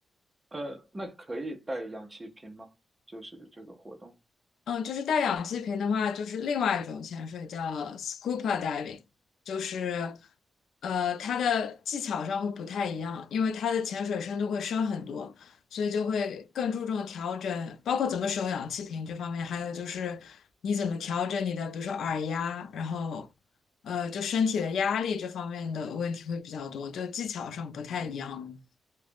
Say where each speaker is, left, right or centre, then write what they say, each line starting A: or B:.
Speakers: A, on the right; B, on the left.
A: 呃，那可以带氧气瓶吗？就是这个活动。
B: 嗯，就是带氧气瓶的话，就是另外一种潜水叫 scuba diving，就是呃，它的技巧上会不太一样，因为它的潜水深度会深很多，所以就会更注重调整，包括怎么使用氧气瓶这方面，还有就是你怎么调整你的，比如说耳压，然后呃，就身体的压力这方面的问题会比较多，就技巧上不太一样。